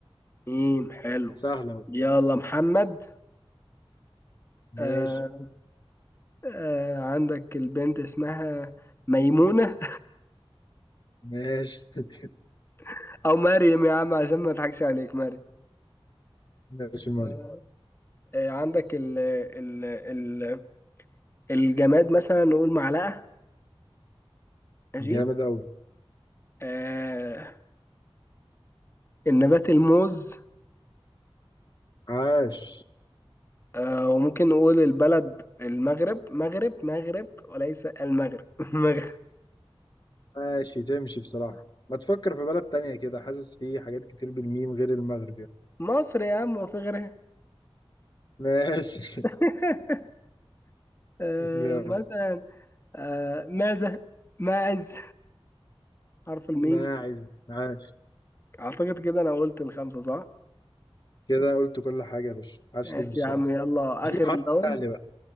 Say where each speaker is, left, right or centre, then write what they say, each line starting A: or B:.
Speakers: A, on the left; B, on the left.
A: ميم حلو
B: سهلة أهو.
A: يلا محمد
B: ماشي
A: آه آه عندك البنت اسمها ميمونة
B: ماشي <laughs>
A: <laughs> أو مريم يا عم عشان ما أضحكش عليك مريم
B: ماشي ماري
A: آه آه، عندك ال ال ال الجماد مثلا نقول معلقة ماشي
B: جامد أوي
A: آه النبات الموز
B: عاش
A: آه وممكن نقول البلد المغرب مغرب مغرب وليس المغرب <laughs> مغرب
B: ماشي تمشي بصراحة ما تفكر في بلد تانية كده حاسس في حاجات كتير بالميم غير المغرب يعني
A: مصر يا عم وفي غيرها
B: ماشي <laughs>
A: <laughs> آه
B: جامد
A: مثلا آه معزة ماعز حرف الميم
B: ماعز عاش
A: اعتقد كده انا قلت الخمسة صح
B: كده قلت كل حاجة يا باشا عاش
A: ماشي
B: ليك بصراحة
A: يا عم خمسة يلا
B: اديني
A: اخر
B: حرف
A: لون
B: سهل بقى